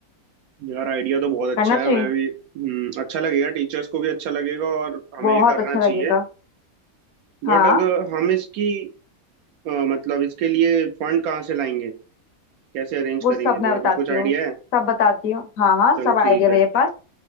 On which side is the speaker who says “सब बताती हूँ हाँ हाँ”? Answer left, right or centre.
Left